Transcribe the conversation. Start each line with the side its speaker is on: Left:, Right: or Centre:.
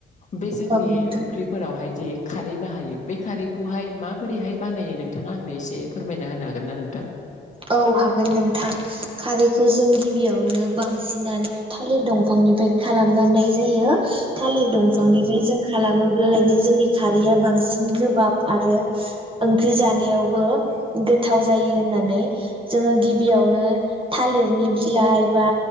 Left: बे जोंनि
Right: औ
Left: ओंख्रिफोरावहाय दि खारै बाहायो बे खारैखौहाय माबोरैहाय बानायो नोंथाङा आंनो एसे फोरमायना होनो हागोन ना नोंथां।
Right: औ हागोन नोंथां खारैखौ जों गिबियावनो बांसिनानो थालिर दंफां खालामनाय जायो थालिर दंफांनिफ्राय
Left: औ नंगौ
Right: जों खालामोबनो जोंनि खारैया बांसिन गोबाब आरो ओंख्रि जानायावबो गोथाव जायो होननानै जोङो गिबियावनो थालिरनि बिलाइ बा